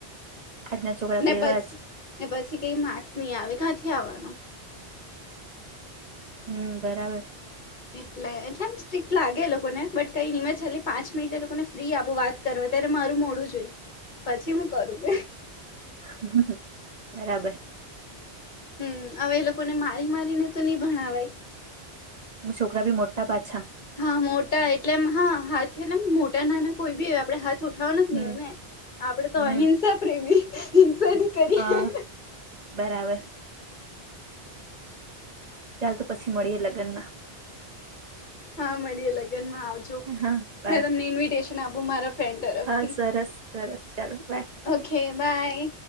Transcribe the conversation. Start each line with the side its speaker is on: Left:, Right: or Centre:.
Right: આજના છોકરા તો
Left: ને
Right: એવા
Left: પછી
Right: જ
Left: ને પછી કઈ માકર્સ નહી આવે કાથી આવવાનો
Right: હમ બરાબર
Left: એટલે એટલેમ સ્ટ્રક્ટ લાગે લોકોને બટ કઈ નિનીમ હલી પાંચ મિનટ એ લોકોને ફ્રી આપું વાત કરવા અત્યારે મારું મોડું જોઈ પછી હું કરું
Right: હ બરાબર
Left: હમ હવે એ લોકોને મારી મારીને તો નહી ભણવાય
Right: છોકરા ભ મોટા પા
Left: હા મોટા એટલે એમ હા હાથને મોટા નાના કોઈ બી હોય આપડણે હાથ ઉઠાવવાના જ
Right: હમ
Left: નહી હોય ને આપડે
Right: હમ
Left: તો અહિંસા પ્રેમી હિંસાની કરીએ
Right: હા બરાબર ચાલ તો પછી મળીએે લગ્ન માં
Left: હા મળીએે લગનમાં આવજો
Right: હા બાય
Left: મે તમને ઇન્વિટેશન આપું મારા ફડ તરફથી
Right: હા સરસ સરસ ચાલો બાય
Left: ઓકે બાય